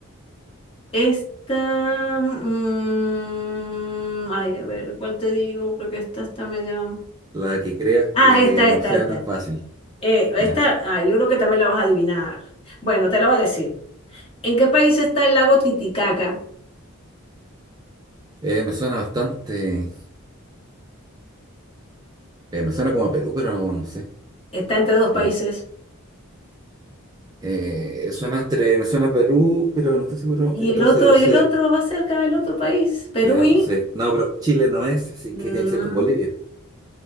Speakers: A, on the left; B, on the right.
A: Esta, mm, ay, a ver, ¿cuál te digo? Porque esta está medio...
B: La que creas que
A: Ah, esta, esta,
B: no sea
A: esta.
B: tan fácil.
A: Eh, esta,
B: Ya.
A: ah, yo creo que también la vas a adivinar. Bueno, te la voy a decir. ¿En qué país está el lago Titicaca?
B: Eh, me suena bastante, eh, me suena como a Perú, pero no sé.
A: Está entre dos
B: Eh,
A: países.
B: eh, suena entre, me suena a Perú, pero no estoy seguro.
A: Y
B: Entonces
A: el otro,
B: debe
A: y
B: ser,
A: el otro va cerca del otro país. Perú
B: ya, entonces,
A: y...
B: no, pero Chile no es, así
A: no,
B: que tiene que ser con Bolivia.